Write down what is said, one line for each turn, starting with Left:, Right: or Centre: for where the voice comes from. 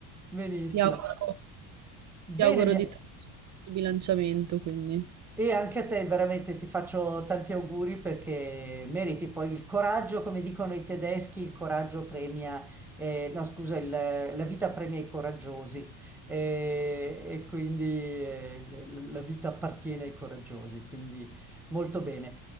Centre: Benissimo.
Right: Ti auguro,
Centre: Bene,
Right: ti auguro
Centre: mia-
Right: di trovare il giusto bilanciamento, quindi
Centre: e anche a te veramente ti faccio tanti auguri perché meriti poi il coraggio, come dicono i tedeschi, il coraggio premia, eh, no scusa, il- la vita premia i coraggiosi Eh, e, quindi eh, l- la vita appartiene ai coraggiosi, quindi molto bene.